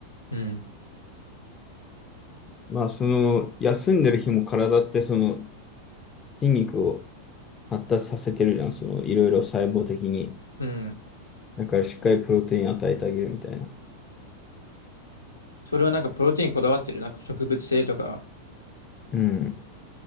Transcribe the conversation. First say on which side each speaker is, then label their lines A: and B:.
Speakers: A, on the left; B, on the left.
A: うん。
B: まあその、休んでる日も体ってその、筋肉を発達させてるじゃん。その、いろいろ細胞的に。
A: うん。
B: だからしっかりプロテイン与えてあげるみたいな。
A: それはなんかプロテインこだわってる。なんか植物性とか。
B: うん。